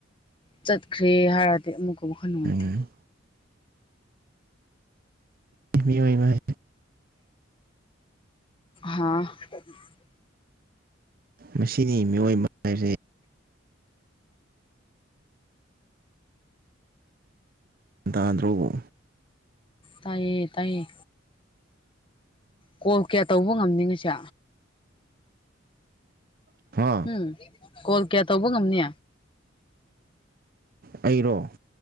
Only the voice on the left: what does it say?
ꯆꯠꯈ꯭ꯔꯦ ꯍꯥꯏꯔꯗꯤ ꯑꯃꯨꯛꯀ ꯑꯃꯛ ꯈꯔ ꯅꯨꯡꯉꯥꯏꯇꯦ
ꯍꯥꯥ <inaudible>
ꯇꯥꯏꯌꯦ ꯇꯥꯏꯌꯦ ꯀꯣꯜ ꯀꯌꯥ ꯇꯧꯕ ꯉꯝꯅꯤꯡꯉꯁꯦ
ꯎꯝ ꯀꯣꯜ ꯀꯌꯥ ꯇꯧꯕ ꯉꯝꯅꯤ